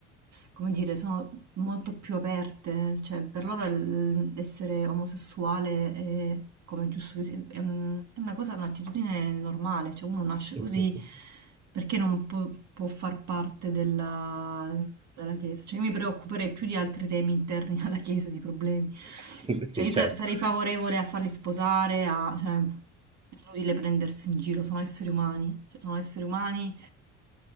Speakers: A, on the right; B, on the right.
A: come dire, sono molto più aperte, cioè per loro il- essere omosessuale è come è giusto che sia, è un- è una cosa, un'attitudine normale, cioè uno nasce
B: <laughs>
A: così perché non può, può far parte della, della Chiesa, cioè io mi preoccuperei più di altri temi interni <laughs> alla Chiesa, di problemi,
B: Sì,
A: cioè io
B: certo.
A: sa- sarei favorevole a farli sposare, a, cioè, inutile prendersi in giro, sono esseri umani, cioè sono esseri umani